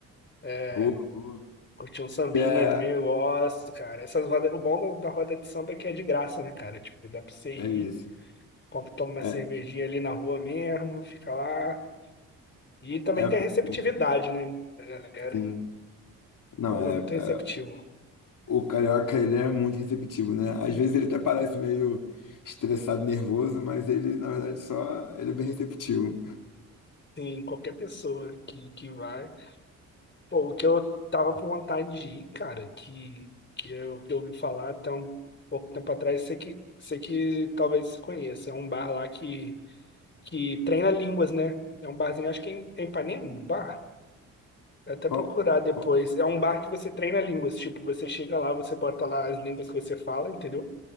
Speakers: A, on the left (about 30°); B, on the left (about 65°).
A: é,
B: Boa, boa.
A: curtir um sambinha
B: É,
A: também, eu gosto, cara. Essas rodas, o bom da, da roda de samba é que é de graça, né, cara? Tipo, dá pra você
B: é
A: ir.
B: isso.
A: compra, toma uma
B: É,
A: cervejinha ali na rua mesmo, fica lá. E também
B: É
A: tem
B: pouco,
A: a receptividade, né, da galera.
B: sim. Não,
A: O povo
B: é,
A: é muito receptivo.
B: é- O carioca, ele é muito receptivo, né? Às vezes ele até parece meio estressado, nervoso, mas ele, na verdade, só... Ele é bem receptivo.
A: Tem qualquer pessoa que, que vai. Pô, o que eu tava com vontade de ir, cara, que, que, eu, que eu ouvi falar até um pouco tempo atrás, sei que, sei que talvez você conheça. É um bar lá que, que treina línguas, né? É um barzinho, acho que é em é em Ipanema, o bar. Vou Até
B: Qual?
A: procurar depois.
B: Qual?
A: É um bar que você treina línguas. Tipo, você chega lá, você bota lá as línguas que você fala, entendeu?